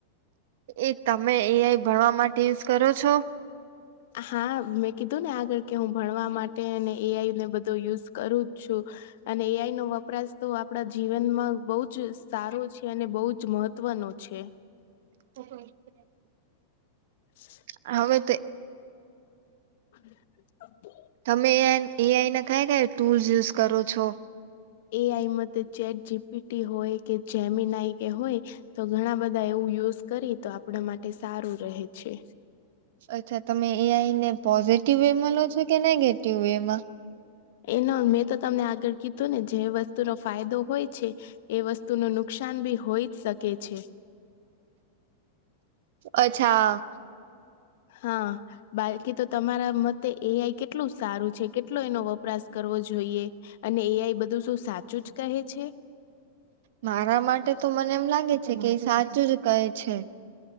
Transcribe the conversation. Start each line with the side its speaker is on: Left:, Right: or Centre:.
Right: એ
Left: એક
Right: તમે એ આઈ ભણવા માટે યુઝ કરો છો.
Left: <inaudible> હા મેં કીધું ને આગળ કે હું ભણવા માટે અને એ આઈ ને બધો યુઝ કરું જ છું. અને એઆઈ નો વપરાશ તો આપણા જીવનમાં બહુજ સારો છે અને બહુજ મહ. તત્વનું છે.
Right: <unintelligible>
Left: હ.
Right: હતે <unintelligible>
Left: હ <inaudible>
Right: તમે એ આ એઆઈ ના કઈ કઈ ટૂલ્સ યુઝ કરો છો?
Left: એ આઈમાં ચેટ જીપીટી હોય કે જેમીનાઆઈ કે હોય તો ઘણા બધા એવું યુઝ કરયે તો આપણા માટે સારું રહે છે.
Right: અચ્છા તમે એ આઈને પોઝિટિવ વે માં લો છો કે નેગેટિવ વે માં?
Left: એમાં મેં તો તમને આગળ કીધું અને જે વસ્તુનો ફાયદો હોય છે એ વસ્તુ નો નુકસાન બી હોઈ જ શકે છે.
Right: અચ્છા.
Left: હા બાકી તો તમારા મતે એ આઈ કેટલું સારું છે, કેટલુ એનો વપ વપરાશ કરવો જોઈએ અને એ આઈ બધું શું સાચું જ કહે છે?
Right: મારા માટે તો મને એમ લાગે છે કે એ સાચું જ કહે છે.